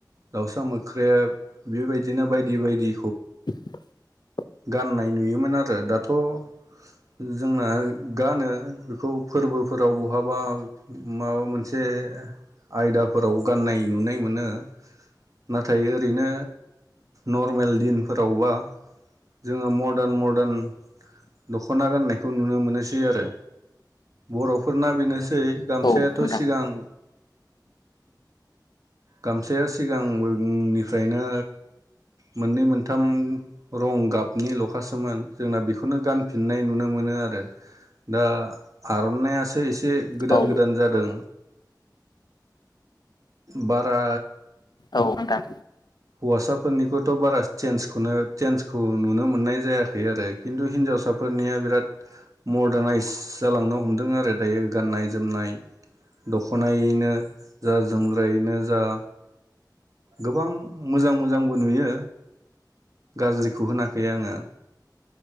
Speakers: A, on the right (about 50°); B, on the left (about 70°).
A: दाउसा मोख्रेब बेबायदिनो बायदि बायदि।
B: <inaudible>
A: गाननाय नुयोमोन आरो। थ जोंना गानो बेखौ फोरबोफोराव बहाबा माबा मोनसे आयदा फोराव गाननाय नुनाय मोनो। नाथाय ओरैनो नर्मेल दिनफोरावबा जोङो मडार्न मर <unintelligible> दख'ना गाननायखौ नुनो मोनोसै आरो बर'फोरना बेनोस सै गामसायाथ'
B: औ नोंथां
A: सिगां गामसाया सिगां <unintelligible> निफ्रायनो मोननै मोनथाम रं गाबनि लखासोमोन जोंना बेखौ खोनो गानफिननाय नुनो मोनो आरो। दा आर'नाइयासो एसे से गोदान
B: औ
A: गोदान जादों। बारा
B: औ नोंथां।
A: हौवासाफोरनिखौथ' बारा चेन्जखौनो चेन्जखौ नुनो मोननाय जायाखै आरो खिन्थु हिनजावसाफोरनिया बिराद मर्डानायइस जालांनो हमदों आरो दायो गाननाय जोमनाय दख'नायैनो जा जोमग्रायैनो जा। गोबां मोजां मोजांबो नुयो गाज्रिखौ होनाखै आङो